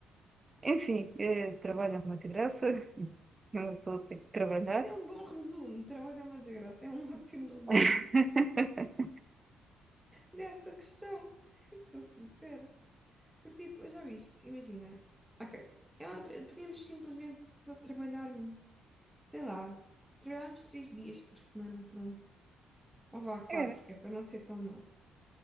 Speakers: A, on the right; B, in the centre.
A: Enfim, eh, trabalho é uma desgraça, <laughs> uma pessoa tem que trabalhar.
B: <laughs> Isso é um bom resumo. Trabalho é uma desgraça. É um <laughs> ótimo resumo
A: <laughs>
B: dessa questão. <laughs> Sou sincera. Porque, tipo, já viste, imagina. Ok. É uma- podíamos simplesmente só trabalhar, um, sei lá, trabalharmos três dias por semana, pronto. Ou vá quatro,
A: Era.
B: que é para não ser tão má.